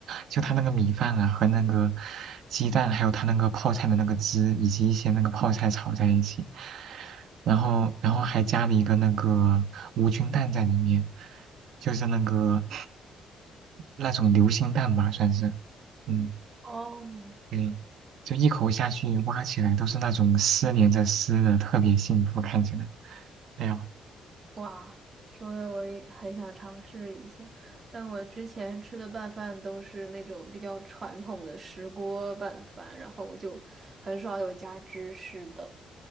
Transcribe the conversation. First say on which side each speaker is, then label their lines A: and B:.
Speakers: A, on the right (about 75°); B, on the right (about 40°).
A: 就它那个米饭啊和那个鸡蛋，还有它那个泡菜的那个汁，以及一些那个泡菜炒在一起，然后然后还加了一个那个无菌蛋在里面，就是那个那种流心蛋吧，算是，嗯，
B: 哦，
A: 对，就一口下去挖起来都是那种丝连着丝的，特别幸福，看起来，哎呀。
B: 哇，说的我也很想尝试一下，但我之前吃的拌饭都是那种比较传统的石锅拌饭，然后我就很少有加芝士的。